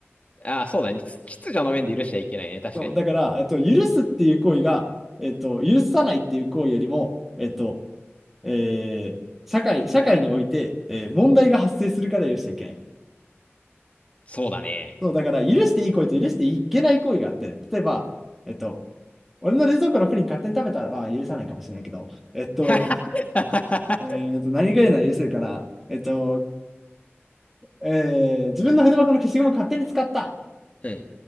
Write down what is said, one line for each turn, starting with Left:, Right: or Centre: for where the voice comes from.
Left: あ、そうだね。秩秩序の面で許しちゃいけないね。確かに。
Centre: そう、だから、えっと、許すっていう行為が、えっと、許さないっていう行為よりも、えっと、えー社会、社会において、えー問題が発生するから許しちゃいけない。
Left: そうだね。
Centre: そう、だから、許していい行為と許していけない行為があって、例えば、えっと、俺の冷蔵庫のプリン勝手に食べたら、まあ許さないかもしれないけど、えっと、
Left: <laughs>
Centre: えーっと、何がいいな、ら許せるかな。えっと、えー自分の筆箱の消しゴムを勝手に使った。
Left: うん。